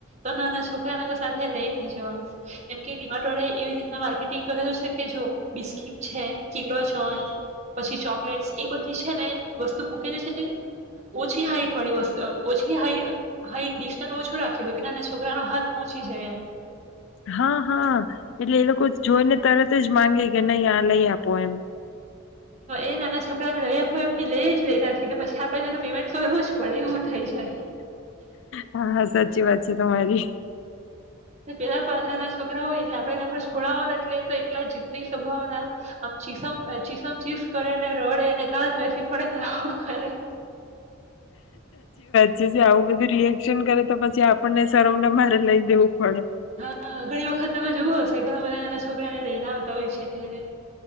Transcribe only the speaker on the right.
તોના છોકરાને તો સાથે લઈ નને જવાનું એમ કે ડીમાર્ટ વાળા એવી રીતના માર્કેટિંગ કરેલું છે કે જો બિસ્કીિટ છે કિંગલોચ હોય. પછી ચોકલેટ્સ એ બધી છે ને વસ્તુ મૂકેલી છે તે ઓછી હાઈટ વાળી વસ્તુ ઓછી હ હાઈટ ડિશને ઓછું રાખેલું કે નાના છોકરાનો હાથ પહોંચી જાય એમ.
એ નાના છોકરાને લઈ આપ એમને લઈ જ લેતા નથી ને પછી આપડે તેનું પેમેન્ટ કરવું જ પડે એવું થઈ જાય.
પેલા નાના છોકરા હોય એટલે આપડે એના પર છોડવાને એટલે તો એટલા જીદી સ્વભાવના આમ ચીસમ ચીસમ ચીસ કરે ને રડે ને ત્યાં જ બેસી પડે. આવું કરે.
હા ઘણી વખત તમે જોવું હશે. ઘણા બધા નાના છોકરાને લઈને આવતા હોય છે. ત્યારે?